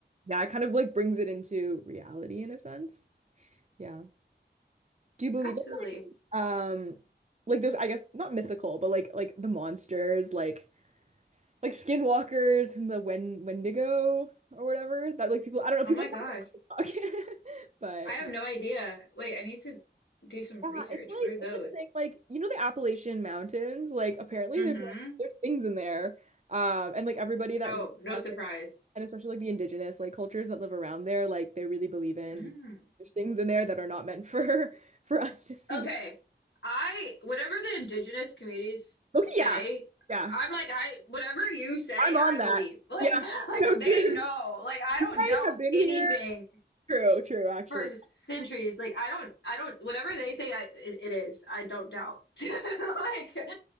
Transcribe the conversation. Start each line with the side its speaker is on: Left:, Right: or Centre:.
Right: yeah, it kind of like brings it into reality in a sense. Yeah. Do you believe
Left: Absolutely.
Right: in like um like those I guess not mythical, but like like the monsters, like like skinwalkers and the Wen Wendigo or whatever that like people I don't know
Left: Oh
Right: people
Left: my gosh.
Right: <laughs> talk <laughs> about,
Left: I have
Right: but
Left: no idea. Wait, I need to do some
Right: Yeah,
Left: research.
Right: it's like
Left: What are those?
Right: it's like a thing like you know the Appalachian Mountains like apparently
Left: Mm-hmm.
Right: there's like there's things in there um and like everybody that
Left: Oh,
Right: lives
Left: no
Right: around
Left: surprise.
Right: there and especially like the indigenous like cultures that live around there like they really believe in
Left: Mm.
Right: there's things in there that are not meant for <laughs> for us to see.
Left: Okay. I whatever the indigenous communities
Right: Okay,
Left: say,
Right: yeah. Yeah.
Left: I'm like I whatever you say,
Right: I'm on
Left: I
Right: that.
Left: believe. Like
Right: Yeah.
Left: <laughs>
Right: <laughs>
Left: like
Right: So
Left: they
Right: true.
Left: know. Like I don't
Right: You guys
Left: doubt
Right: have been
Left: anything
Right: here. True, true actually.
Left: for centuries. Like I don't I don't whatever they say I it, it is. I don't doubt. <laughs> Like